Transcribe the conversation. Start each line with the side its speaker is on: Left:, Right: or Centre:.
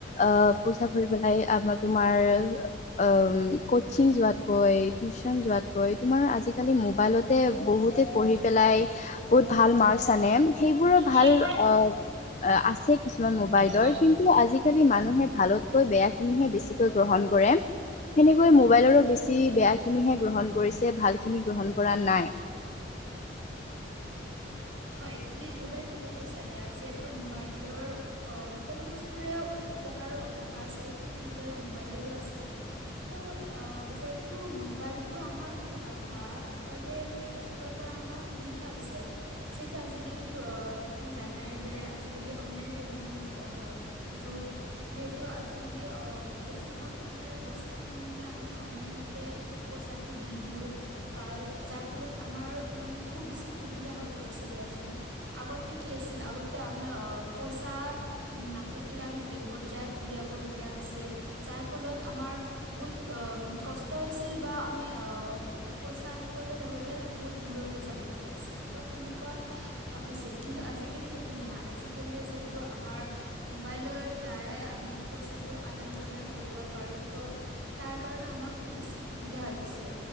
Left: আ পইচা ৰি পেলাই আমাৰ তোমাৰ অ কচিং যোৱাতকৈ টিউচন যোৱাতকৈ তোমাৰ আজিকালি মোবাইলতে বহুতে পঢ়ি পেলাই বহুত ভাল মাৰ্কচ আনে সেইবোৰৰ ভাল
Right: সেইবোৰৰ
Left: অ আছে কিছুমান মোবাইলৰ
Right: কিছুমান
Left: কিন্তু আজিকালি মানুহে ভালতকৈ বেয়াখিনিহে বেছিকৈ গ্ৰহণ কৰে সেনেকৈ মোবাইলৰো বেছি বেয়াখিনিহে গ্ৰহণ কৰিছে ভালখিনি গ্ৰহণ কৰা নাই <inaudible>
Right: হয় তুমি একেবাৰে ঠিকে কৈছা দিয়া যিহেতু মোবাইলৰ অ সকলো বস্তুৰে উপকাৰো উপকাৰ আছে ঠিক তেনেদৰে মোবাইলৰো আছে, ত আ যিহেতু মোবাইল তটো আমাৰ হো -হোৱাৰ বাবে একফালৰ পৰা আমাৰ সুবিধা হৈছে যিহেতু আজিকালিতো অ তুমি জানাই যে আজিকালি অনলাইন পে'মেণ্টৰ যুগ যিহেতু আজিকালি বেছিভাগ- মানে বস্তু কিনিলে আমি অনলাইনতে পইচাটো দি দিওঁ যাৰ- ফলত আমাৰ মানে খুব বেছি সুবিধা হয় পৰিছে দিয়া চোন আগতে কি আ‍ছিলে আগতে আমি পইচা নাথাকিলে আমি বেংকত যাই উলিয়াব লগা হৈছিল যাৰ ফলত আমাৰ বহুত অহ কষ্ট হৈছিল। বা আমি অ পইচা আনিবলৈ যাবলৈ বহুত দূৰলৈ যাবলগীয়া আছিল ত সেনে এনেকুৱা হৈছিল কিন্তু আজিকালি সেইটো নহয় আজিকালি যিহেতু আমাৰ মোবাইলত- যাৰে আমি পইচাবোৰ আদান প্ৰদান কৰিব পাৰোঁ তো তাৰ কাৰণে আমাৰ খুব বেছি- সুবিধা হৈ গৈছে